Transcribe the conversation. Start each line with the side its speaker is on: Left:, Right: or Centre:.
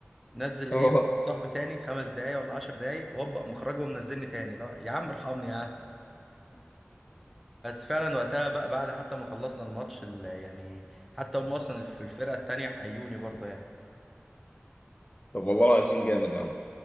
Centre: نزل
Left: اه
Centre: ايه واحد صاحبي تاني خمس دقايق ولا عشر دقايق وابقى مخرجه منزلني تاني لا يا عم ارحمني يا عم بس فعلا وقتها بقى بعد حتى ما خلصنا الماتش ال- يعني حتى هم اصلا في الفرقه التانيه حيوني برضه يعني
Left: طب والله العظيم جامد يا عم